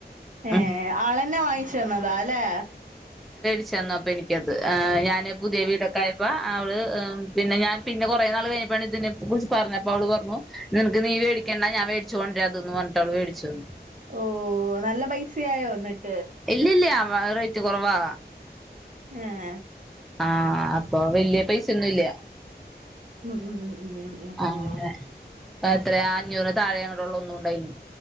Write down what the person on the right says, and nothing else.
ഏ
ആളെന്നെ വാങ്ങിച്ച തന്നതാ അല്ലേ
ഓ നല്ല പൈസയായോ വന്നിട്ട്
ആഹ
ഉം ഉം ഉം ഉം ഉം ഉം